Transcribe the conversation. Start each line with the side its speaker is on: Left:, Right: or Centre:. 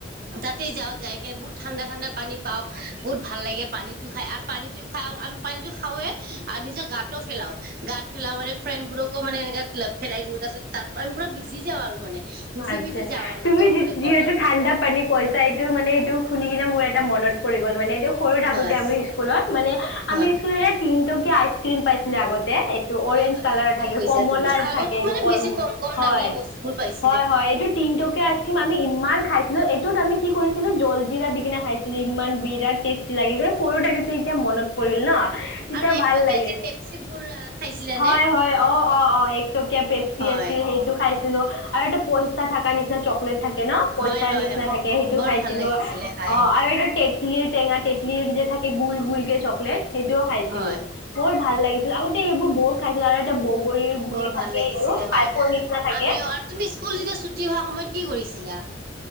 Right: তাতে যাওঁ যাই কিনে বহুত ঠাণ্ডা ঠাণ্ডা পানী পাওঁ বহুত ভাল লাগে পানীটো খাই। পানীটো খাওঁ আমি পানীটো খাওঁৱে আৰু নিজৰ গাটো পেলাও। গাত পেলা মানে ফ্ৰেণ্ডোৰকো মানে এনেকা লগ পেলাই দিওঁ ত পাছত তাৰ পৰা আমি পৰা ভিজি যাওঁ আৰু মানে। ভিজি
Left: আচ্ছা,
Right: ভিজি যাওঁ আৰু
Left: তুমি
Right: মানে
Left: যিহেতু
Right: ঘৰত
Left: ঠাণ্ডা পানীত। কৈছাএইটো মানে এইটো শুনি কিনে মোৰ এটা মনত পৰি গ'ল মানে এইটো সৰু থাকোতে
Right: হয়
Left: আমি স্কুলত মানে।
Right: হয়
Left: আমি স্কুল তিনটকীয়া আইচ ক্ৰীম পাইছিলো আগতে। এইটো অৰেঞ্জ
Right: হয় হয়
Left: কালাৰ
Right: হয় ঠিক
Left: থাকে,
Right: কৈছা
Left: কমলাৰ
Right: তুমি আগতো
Left: থাকে এইটো
Right: মানে
Left: কল
Right: বেছি কম কম
Left: হয়।
Right: <unintelligible>
Left: হয়, হয় এইটো। তিনিটকীয়া আইচক্ৰীম আমি ইমান খাইছিলো এইটোত আমি কি কৰিছিলো জলজিৰা দি কিনে খাইছিলো ইমান বিৰাট টেষ্ট। লাগিছিল সৰুতে কিন্তু এতিয়া মনত পৰিল।
Right: হয় হয়
Left: এতিয়া
Right: আৰু এক
Left: ভাল
Right: টকীয়া
Left: লাগে
Right: যি পেপচিবোৰ খাইছিলে
Left: অ',
Right: নে?
Left: অ', অ'। পেপচি
Right: হয়
Left: আছিল সেইটো খাইছিলো আৰু এটা পইচা থাক নিচিনা চক্লেট্। থাকে ন পইচাৰ
Right: হয় হয়
Left: নিচিনা
Right: হয়
Left: থাকে সেইটো
Right: বৰ
Left: খাইছিলো
Right: ভাল লাগিছিলে খাই
Left: অ'
Right: সেইবোৰ
Left: আৰু তে টেটলি টেঙা তেতলি যে থাকে গুল গুল কে চকলেট সেইটোও খাইছিলোঁ।
Right: হয়
Left: বৰ ভাল লাগিছিল আগতে সেইবোৰ বহুত খাইছিলোঁ আৰু এটা ব বগৰিৰ গুৰি
Right: বৰ ভাল
Left: থাকে
Right: লাগিছিলে
Left: এইটো
Right: হয়
Left: পাইপৰ নিচিনা থাকে।
Right: আমিও আৰু তুমি স্কুল যেতিয়া ছুটি হোৱা সময়ত কি কৰিছিলা?